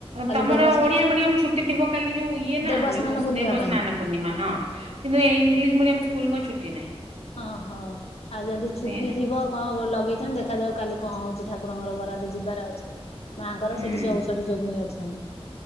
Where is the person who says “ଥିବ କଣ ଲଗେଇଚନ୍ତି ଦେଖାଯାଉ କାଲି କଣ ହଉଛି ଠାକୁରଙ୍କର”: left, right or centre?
Left